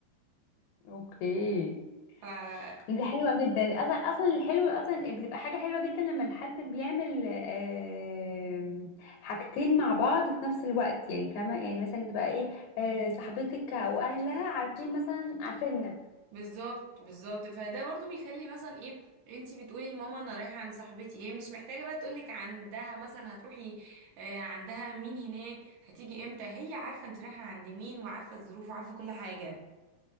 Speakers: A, on the left; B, on the right.
A: اوكي
B: ف
A: دي حلوة جدا اصلا اصلا الحلو اصلا بتبقى حاجة حلوة جدا لما الحد بيعمل آم، حاجتين مع بعض في نفس الوقت يعني فاهمة يعني مثلا تبقى ايه آه، صاحبتك او اهلها عارفين مثلا عارفيننا
B: بالظبط بالظبط فده برضو بيخلي مثلا ايه انتي بتقولي لماما انا رايحه عند صاحبتي هي مش محتاجه بقى تقولك عندها مثلا هتروحي آه، عندها مين هناك هتيجي امتى هي عارفه انت رايحه عند مين وعارفه الظروف وعارفه كل حاجه